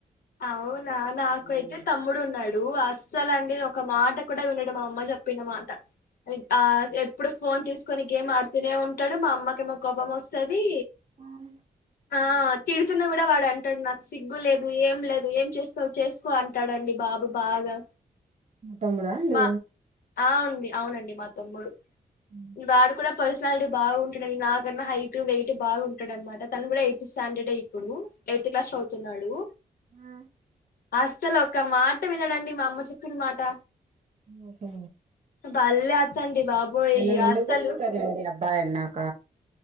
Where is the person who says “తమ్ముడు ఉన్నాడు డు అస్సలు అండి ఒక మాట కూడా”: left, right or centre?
Left